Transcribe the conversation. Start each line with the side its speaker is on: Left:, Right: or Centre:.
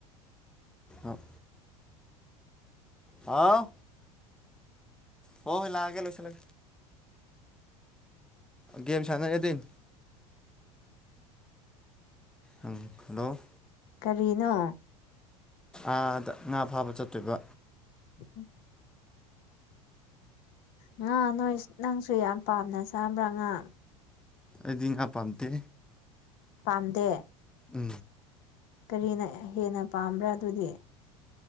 Centre: ꯑꯞ ꯑ ꯍ ꯍꯣꯏ ꯂꯥꯛꯒꯦ ꯂꯣꯏꯁꯤ ꯂ ꯦꯝꯦꯝꯁꯤ ꯑꯅꯅ ꯌꯗꯤꯤꯟ ꯎꯝ ꯍꯜꯂꯣ
Left: ꯀꯔꯤꯅꯣ
Centre: ꯑꯥꯗ ꯉꯥ ꯐꯥꯕ ꯆꯠꯇꯣꯏꯕ
Left: ꯎꯝ ꯉꯥ ꯅꯣꯏ ꯅꯪꯁꯨ ꯌꯥꯝ ꯄꯥꯝꯅ ꯆꯥꯕ꯭ꯔꯥ ꯉꯥ
Centre: ꯑꯖꯤꯡ ꯍꯥꯄꯥꯝꯇ
Left: ꯄꯥꯝꯗꯦ
Centre: ꯎ
Left: ꯀꯔꯤꯅ ꯍꯦꯟꯅ ꯄꯥꯝꯕ꯭ꯔꯥ ꯑꯗꯨꯗꯤ